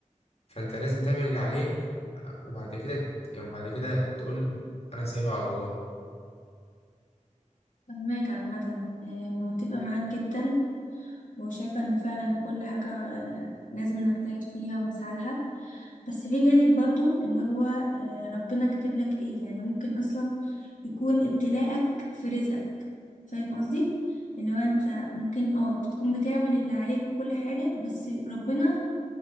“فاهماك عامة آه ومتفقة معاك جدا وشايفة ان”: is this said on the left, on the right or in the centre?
Left